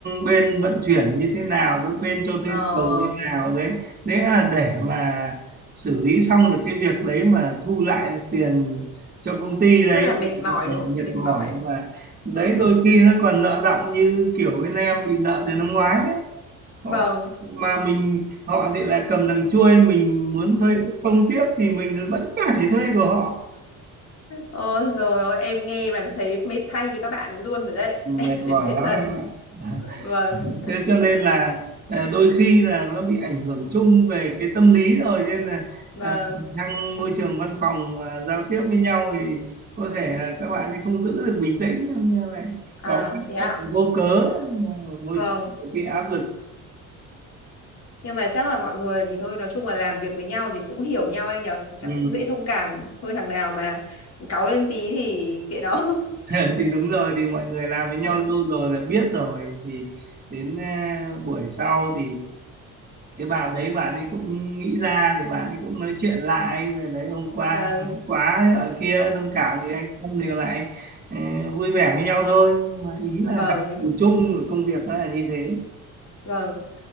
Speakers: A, on the right; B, on the left.
A: bên vận chuyển như thế nào các bên cho thuê
B: Ờ
A: tàu như thế nào đấy đấy là để mà xử lý xong được cái việc đấy mà thu lại được tiền cho công ty
B: rất
A: đấy
B: là mệt
A: thì
B: mỏi
A: phải
B: đúng không
A: mệt
B: mệt mỏi
A: mỏi mà đấy đôi khi nó còn nợ đọng như kiểu bên em bị nợ từ năm ngoái đấy họ,
B: vâng
A: mà mình họ thì là cầm đằng chuôi mình muốn thuê công tiếp thì mình vẫn phải thuê của họ
B: ôi rồi ôi em nghe mà thấy mệt thay cho các bạn ấy luôn rồi đấy <laughs> em
A: mệt
B: thấy
A: mỏi
B: mệt
A: lắm
B: thật
A: anh ạ
B: vâng
A: <laughs> thế cho nên là ờ, đôi khi là nó bị ảnh hưởng chung về cái tâm lý rồi nên là
B: vâng
A: ờ, trong môi trường văn phòng mà giao tiếp với nhau thì có thể là các bạn thì không giữ được bình tĩnh như vậy
B: à
A: cáu
B: thế ạ
A: gắt vô cớ Ở môi
B: vâng
A: trường cái áp lực
B: nhưng mà chắc là mọi người thì thôi nói chung là làm việc với nhau thì cũng hiểu nhau anh nhở thì chắc
A: ừ.
B: cũng dễ thông cảm thôi thằng nào mà cáu lên tí thì kệ nó
A: <laughs> thì đúng rồi thì mọi người làm với nhau
B: <laughs> vâng
A: lâu rồi là biết rồi thì đến ờ, buổi sau thì cái bạn đấy bạn ấy cũng nghĩ ra thì bạn ấy cũng nói chuyện lại rồi đấy hôm qua
B: vâng
A: em nóng quá thế ở kia thông cảm thì anh em đều lại ờ, vui vẻ với nhau thôi Nhưng mà ý là
B: vâng
A: đặc thù chung của công việc nó là như thế
B: vâng